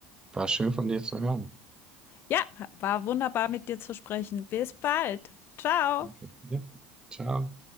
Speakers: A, on the right; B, on the left.
A: War schön von dir zu hören.
B: Ja, war wunderbar mit dir zu sprechen. Bis bald. Ciao.
A: Okay. Ja. Ciao.